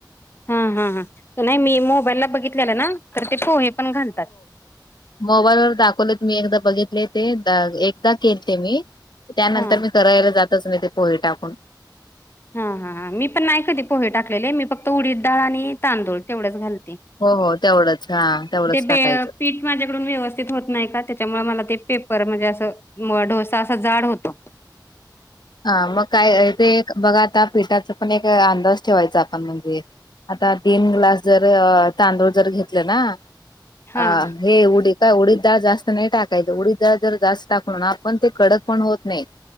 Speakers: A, on the left (about 30°); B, on the left (about 65°).
A: हा हा हा नाही मी मोबाईलला बघितलेलं ना तर ते पोहे पण घालतात.
B: मोबाईलवरर दाखवले मी एकदा बघितले ते एकदा केलते मी. त्यानंतर
A: हा.
B: मी करायला जातच नाही ते पोहे टाकून.
A: हा हा हां मी पण नाही कधी पोहे टाकले मी फक्त उडीद डाळ आणि तांदूळ तेवढंच घाल.
B: हो हो तेवढंच हा तेवढंच
A: बे
B: टाकायचं.
A: पीठ माझ्याकडून व्यवस्थित होत नाही का त्याच्यामुळे मला ते पेपर म्हणजे असं. म ढोसा असा जाड होतो '
B: हा मग काय ते बघा आता पिठाचा पण एक अंदाज ठेवायचा आपण म्हणजे. आता तीन ग्लास जर तांदूळ जर घेतले ना.
A: हा.
B: अ हे उडी काय उडीद. डाळ जास्त नाही टाकायच उडी डाळ जर जास्त टाकून आपण ते कडक पण होत नाही.